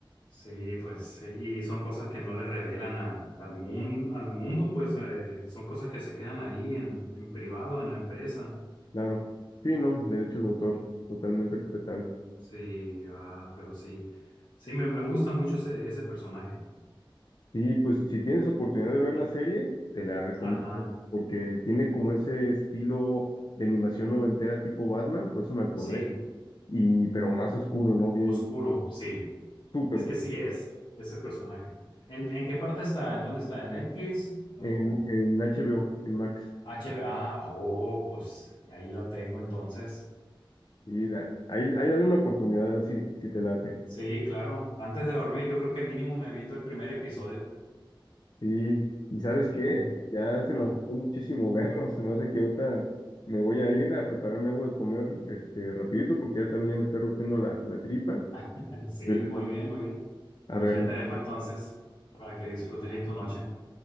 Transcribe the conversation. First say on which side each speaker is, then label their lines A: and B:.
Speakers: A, on the left; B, on the left.
A: Sí, pues, sí, y son cosas que no le revelan a- al mundo, al mundo, pues eh, son cosas que se quedan ahí en, en privado, en la empresa.
B: claro. Sí, no, derechos de autor, totalmente respetable.
A: Sí, ah, pero sí, sí, me, me gusta mucho ese, ese personaje.
B: Y pues si tienes oportunidad de ver la serie, te la recomiendo
A: Ajá,
B: porque tiene como ese estilo de animación noventera tipo Batman, por eso me acordé,
A: sí,
B: y pero más oscuro, ¿no? Bien,
A: oscuro, sí,
B: súper
A: es
B: oscuro,
A: que sí es ese personaje. ¿En, en qué parte está? ¿En dónde está? ¿En Netflix o
B: en, en HBO, en Max.
A: H HBO? Ah, oh, pues ahí lo tengo entonces.
B: Y da- ahí, ahí dale una oportunidad a ver si, si te late.
A: Sí, claro, antes de dormir yo creo que mínimo me aviento el primer episodio.
B: Sí, y ¿sabes qué?
A: Aun-
B: Ya se
A: Ajá.
B: me antojó muchísimo <laughs> verlo, se me hace que ahorita me voy a ir a prepararme algo de comer este rapidito porque ya también ya me está rugiendo la, la tripa.
A: <laughs> Sí,
B: Pero,
A: muy bien, muy bien.
B: A
A: Pues
B: verlo.
A: ya te dejo entonces para que disfrutes ahí tu noche.